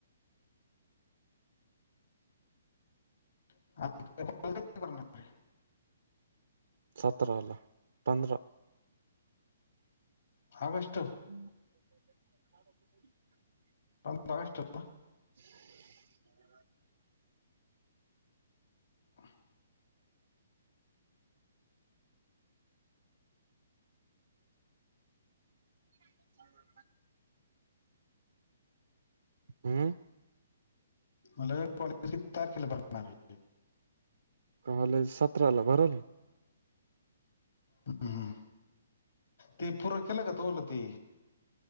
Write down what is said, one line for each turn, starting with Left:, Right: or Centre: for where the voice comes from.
Left: <unintelligible>
Right: सतराला पंधरा.
Left: ऑगस्ट?
Right: <inaudible> <inaudible>
Left: पंधरा आगस्ट. <unintelligible>
Right: <inaudible>
Left: <inaudible>
Right: <inaudible> हम्म.
Left: मणलं कॉलेज किती तारखेला भरणारय?
Right: कॉलेज सतराला भरल.
Left: हम्म हम्म, ते पूरं केलं का ते.